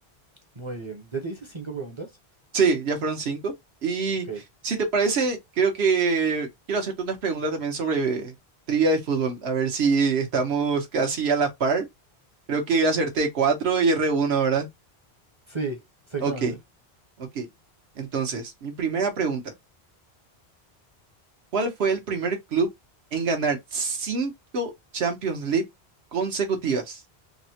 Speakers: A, on the right; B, on the right.
A: Muy bien. ¿Ya te hice cinco preguntas?
B: Sí, ya fueron cinco. Y
A: Ok.
B: si te parece, creo que quiero hacerte unas preguntas también sobre trivia de fútbol. A ver si estamos casi a la par. Creo que acerté cuatro y erré uno, ¿verdad?
A: Sí, exactamente.
B: Ok, ok. Entonces, mi primera pregunta. ¿Cuál fue el primer club en ganar cinco Champions League consecutivas?